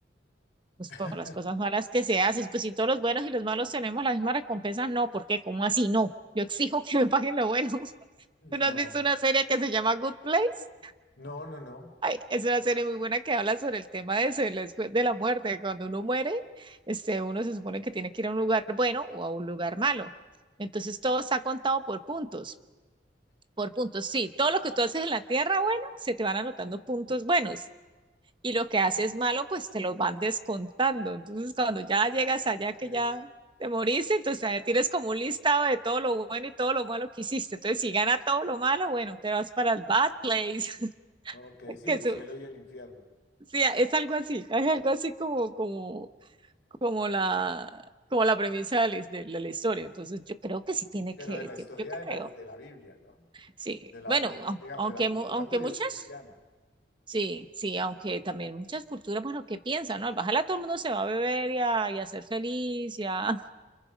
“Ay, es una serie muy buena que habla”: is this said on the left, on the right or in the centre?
Right